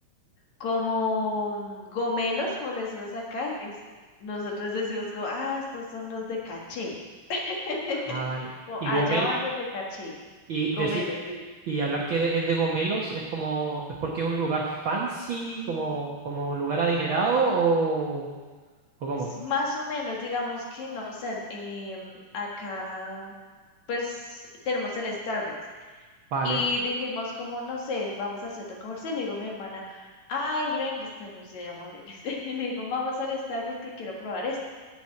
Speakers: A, on the left (about 60°); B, on the right (about 70°).
A: como mm, gomelos, como le decimos acá, es- nosotros decimos como, ah, estos son los de caché, <laughs>
B: Ah, vale.
A: o
B: Y
A: allá
B: Gomel,
A: van los de caché,
B: y
A: gomelos,
B: deci-
A: dime.
B: y hablar que de- es de Gomelos es como, es porque es un lugar fancy, como, como un lugar adinerado, o, o cómo?
A: S- Más o menos, digamos que no sé, em, acá pues tenemos el Starbucks.
B: Vale,
A: Y dijimos como, no sé, vamos al centro comercial. Le digo a mi hermana, ay, Brendis, pues me- se llama Brendis. <laughs> Y le digo, vamos al Starbucks que quiero probar esto.